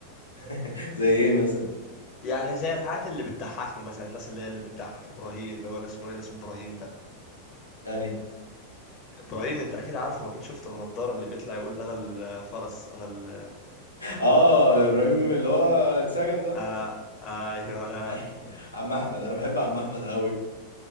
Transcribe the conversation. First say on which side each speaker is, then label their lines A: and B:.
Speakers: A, on the left; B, on the left.
A: <laughs> زي ايه مثلا
B: <laughs> يعني زي الحاجات اللي بتضحكني مثلا الناس اللي هي اللي بتضحك ابراهيم اللي هو الاسمراني اللي اسمه الراجل اسمه ابراهيم ده
A: يعني
B: ابراهيم انت اكيد عارفه واكيد شفته بنضاره اللي بيطلع يقول انا الفرس انا ال...
A: اه ابراهيم اللي هو اتسجن ده
B: آه... آه، ايوه
A: <laughs> عم احمد انا بحب عم احمد قوي